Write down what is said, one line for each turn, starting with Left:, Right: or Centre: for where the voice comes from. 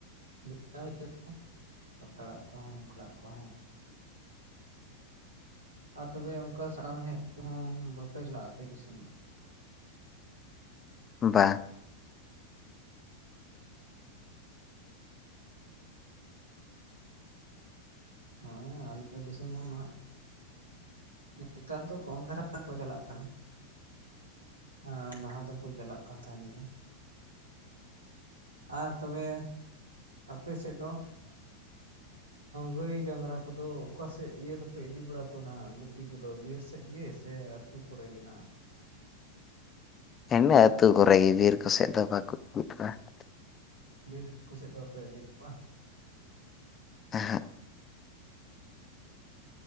Right: <unintelligible> ᱯᱟᱛᱲᱟᱜ ᱠᱚᱦᱚᱸ ᱵᱟᱠᱞᱟᱜ ᱠᱚᱦᱚᱸ᱾ ᱟᱨ ᱛᱚᱵᱮ ᱚᱝᱠᱟ ᱥᱟᱠᱟᱢ ᱦᱮᱡ ᱠᱚᱦᱚᱸ ᱵᱟᱯᱮ ᱪᱟᱞᱟᱜ-ᱟ ᱟᱯᱮ ᱫᱤᱥᱚᱢ ᱫᱚ?
Left: ᱵᱟᱝ ᱾
Right: ᱦᱮᱸ ᱟᱞᱮ ᱫᱤᱥᱚᱢ ᱦᱚᱸ ᱱᱦᱟᱜ᱾ ᱱᱮᱛᱟᱨ ᱫᱚ ᱠᱚᱢ ᱫᱷᱟᱨᱟ ᱠᱚ ᱪᱟᱞᱟᱜ ᱠᱟᱱᱟ᱾ ᱟᱨ ᱞᱟᱦᱟ ᱫᱚᱠᱚ ᱪᱟᱞᱟᱜ ᱠᱟᱱ ᱛᱟᱦᱮᱱ ᱜᱮ᱾ ᱟᱨ ᱛᱚᱵᱮ ᱟᱯᱮ ᱥᱮᱫ ᱫᱚ? ᱜᱟᱹᱭ ᱰᱟᱝᱨᱟ ᱠᱚᱫᱚ ᱚᱠᱟᱥᱮᱜ ᱤᱭᱟᱹ ᱫᱚᱯᱮ ᱤᱫᱤ ᱵᱟᱲᱟ ᱠᱚᱣᱟ ᱱᱟᱜ ᱜᱩᱯᱤ ᱠᱚᱫᱚ ᱵᱤᱨ ᱥᱮᱵ ᱜᱮ ᱥᱮᱢ? ᱥᱨᱩ ᱠᱚᱨᱮ ᱜᱮ ᱱᱟᱜ᱾
Left: ᱤᱱᱟᱹ ᱟᱹᱛᱩ ᱠᱚᱨᱮᱜ ᱜᱮ ᱵᱤᱨ ᱠᱚᱥᱮᱫ ᱫᱚ ᱵᱟᱠᱚ <unintelligible>
Right: ᱵᱤᱨ ᱠᱚᱥᱮᱫ ᱫᱚ ᱚᱠᱚᱭ ᱤᱫᱤ ᱠᱚᱣᱟ?
Left: ᱟᱸᱦᱟᱜ᱾